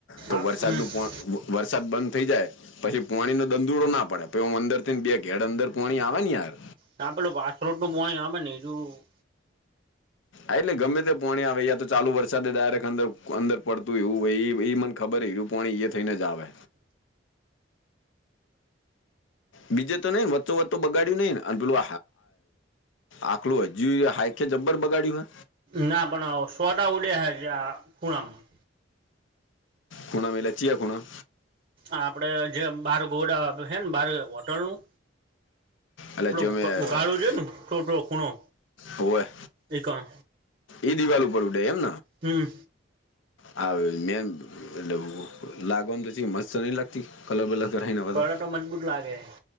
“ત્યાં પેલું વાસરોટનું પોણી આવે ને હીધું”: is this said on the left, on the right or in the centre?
Right